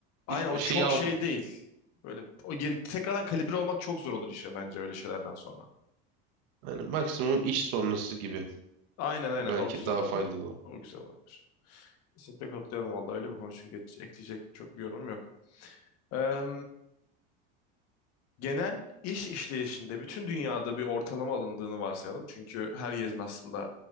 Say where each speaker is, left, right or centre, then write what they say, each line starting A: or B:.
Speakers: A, on the left (about 60°); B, on the right (about 70°).
A: aynen
B: is-
A: o çok
B: şeyi al
A: şey değil. Böyle o geri, tekrardan kalibre olmak çok zor olur işe bence öyle şeylerden sonra.
B: yani maksimum iş sonrası gibi
A: Aynen aynen
B: belki
A: o güzel
B: daha
A: olabilir.
B: faydalı. olur.
A: O güzel olabilir. Kesinlikle katılıyorum vallahi öyle bir konu çünkü geç- ekleyecek çok bir yorumum yok. Eee, genel iş işleyişinde bütün dünyada bir ortalama alındığını varsayalım. Çünkü her yerin aslında